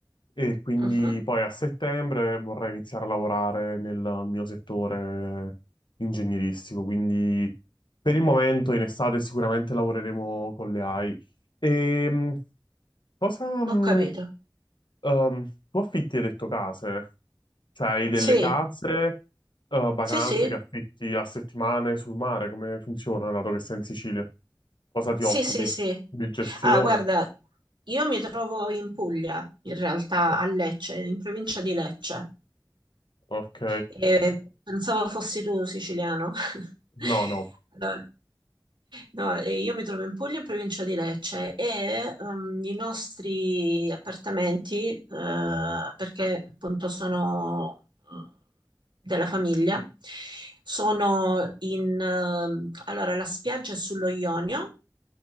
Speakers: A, on the left (about 90°); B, on the right (about 85°).
A: E quindi
B: Mhm,
A: poi a settembre vorrei iniziare a lavorare nel mio settore ingegneristico, quindi per il momento in estate sicuramente lavoreremo con le AI. E mh, cosa, mh,
B: Ho capito.
A: ehm, tu affitti hai detto case? Cioè hai delle
B: Sì,
A: case, eh, vacanze
B: sì, sì.
A: che affitti a settimane sul mare? Come funziona, dato che sei in Sicilia? Cosa ti
B: Sì,
A: occupi?
B: sì, sì.
A: Di gestione?
B: Ah, guarda, io mi trovo in Puglia, in realtà
A: Oh,
B: a Lecce, in provincia di Lecce.
A: ok.
B: E pensavo fossi tu siciliano. <laughs>
A: No, no.
B: Allora, No, e io mi trovo in Puglia, in provincia di Lecce, e ehm, i nostri appartamenti, eh, perché appunto sono eh, della famiglia, sono in... ehm, allora, la spiaggia è sullo Ionio,